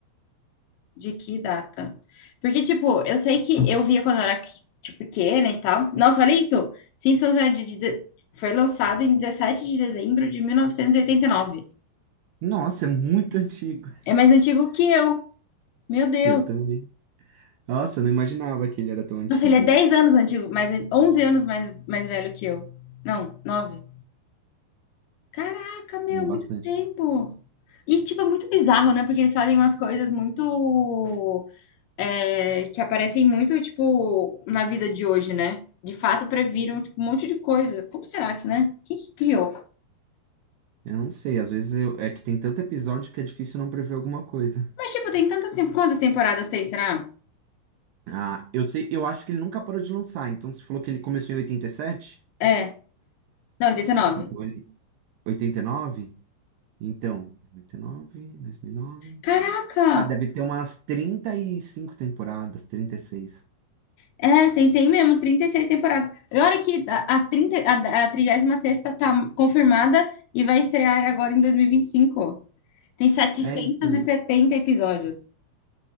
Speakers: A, on the left (about 75°); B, on the right (about 80°).
A: de que data? Porque, tipo, eu sei que eu via quando eu era, tipo, pequena e tal. Nossa, olha isso! Simpsons é de, deze- foi lançado em 17 de dezembro de mil novecentos e e oitenta e nove.
B: Nossa, é muito <laughs> antigo.
A: É mais antigo que eu. Meu Deus!
B: Que eu também. Nossa, eu não imaginava que ele era tão antigo.
A: Nossa, ele é 10 anos antigo, mais, 11 anos mais, mais velho que eu. Não, 9. Caraca, meu,
B: É bastante.
A: muito tempo! E, tipo, é muito bizarro, né? Porque eles fazem umas coisas muito é, que aparecem muito, tipo, na vida de hoje, né? De fato, previram, tipo, um monte de coisa. Como será que, né? Quem que criou?
B: Eu não sei, às vezes eu- é que tem tanto episódio que é difícil não prever alguma coisa.
A: Mas, tipo, tem tantas... tem- Quantas temporadas tem, será?
B: Ah, eu sei, eu acho que ele nunca parou de lançar. Então você falou que ele começou em 87,
A: É. Não, oitenta e nove.
B: Então ele 89. Então, oitenta e nove, dois mil e nove.
A: Caraca!
B: Ah, deve ter umas 35 temporadas, 36.
A: É, tem, tem mesmo, 36 temporadas. E olha que a, a, 30, a, a 36ª tá confirmada e vai estrear agora em dois mil e e vinte e cinco. Tem setecentos
B: É, então.
A: e setenta episódios.